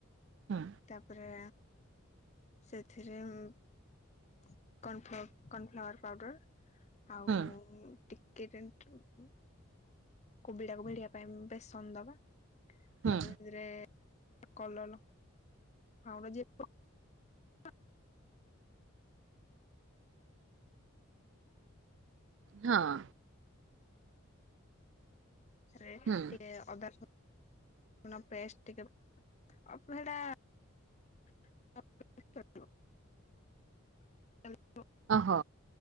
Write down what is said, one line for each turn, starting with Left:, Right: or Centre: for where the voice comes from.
Right: ହୁଁ।
Left: ତାପରେ ସେଥିରେ କର୍ଣ୍ଣଫ୍ଲୋର କର୍ଣ୍ଣଫ୍ଲାୱାର ପାଉଡର। ଆଉ
Right: ହୁଁ
Left: ଟିକ <unintelligible> କୋବିଡାକୁ ଭିଡିବା ପାଇଁ ବେସନ ଦବା।
Right: ହୁଁ
Left: ତାପରେ ସେଥିରେ କଲଲ ତାଙ୍କର ଯିଏ <unintelligible> <unintelligible> <unintelligible>
Right: ହଁ
Left: ସେଥିରେ
Right: ହୁଁ
Left: ଟିକେ ଅଦା ରସ <unintelligible> ପେଷ୍ଟ ଟିକେ ହେଟା <unintelligible> ହାଲୋ।
Right: ଅହ।